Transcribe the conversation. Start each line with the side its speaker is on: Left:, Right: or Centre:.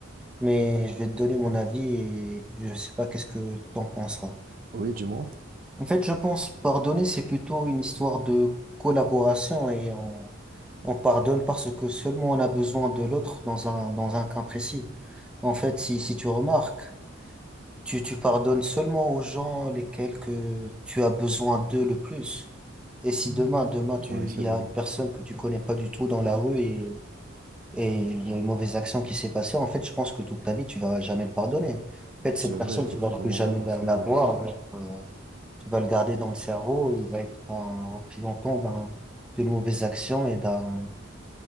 Centre: Mais je vais te donner mon avis et je sais pas qu'est-ce que t'en penseras.
Right: oui, dis-moi.
Centre: En fait, je pense pardonner, c'est plutôt une histoire de collaboration et on, on pardonne parce que seulement on a besoin de l'autre dans un, dans un cas précis. En fait, si, si tu remarques, tu, tu pardonnes seulement aux gens lesquels que tu as besoin d'eux le plus. Et si demain, demain, tu,
Right: Oui, c'est
Centre: il y
Right: vrai.
Centre: a une personne que tu connais pas du tout dans la rue et, et il y a une mauvaise action qui s'est passée, en fait, je pense que toute ta vie, tu vas jamais le pardonner. En fait, cette
Right: C'est vrai,
Centre: personne,
Right: tu
Centre: tu
Right: as totalement
Centre: vas plus jamais
Right: raison,
Centre: la,
Right: c'est
Centre: la
Right: vrai.
Centre: voir. donc, euh, tu vas le garder dans le cerveau. Il va être un représentant d'un, d'une mauvaise action et d'un,